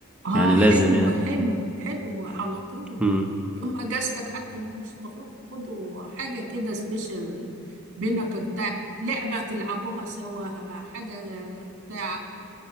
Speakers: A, on the right; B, in the centre.
A: اه
B: يعني لازم
A: حلو
B: يعني
A: حلو حلو على طول
B: امم
A: يوم اجازتك حتى لو مش هتخرجوا خدوا حاجه كده سبيشال بينك انت لعبه تلعبوها سوا حاجه بتاع